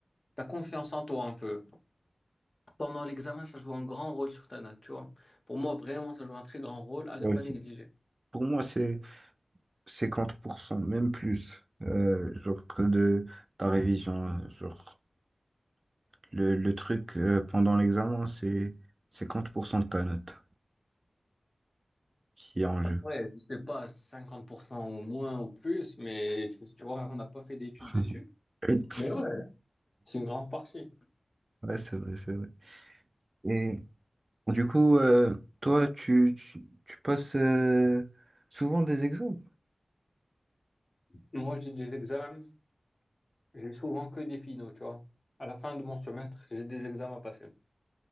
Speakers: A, on the left (about 40°); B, on the right (about 45°).
A: ta confiance en toi un peu. Pendant l'examen, ça joue un grand rôle sur ta note, tu vois. Pour moi, vraiment, ça joue un très grand rôle à
B: Ouais,
A: ne pas
B: c'est-
A: négliger.
B: Pour moi, c'est 50% même plus, euh, genre que de ta révision. hein. Genre, le, le truc euh, pendant l'examen, c'est 50% de ta note qui est en jeu.
A: Ouais, je sais pas, 50% au moins ou plus, mais tu tu vois, on n'a pas fait d'études
B: <laughs>
A: dessus.
B: Ouais,
A: Mais ouais, c'est une grande partie.
B: Ouais, c'est vrai, c'est vrai. Et du coup, euh, toi, tu, tu, tu passes euh, souvent des examens.
A: Moi, j'ai des examens, j'ai souvent que des finaux, tu vois. À la fin de mon semestre, j'ai des examens à passer.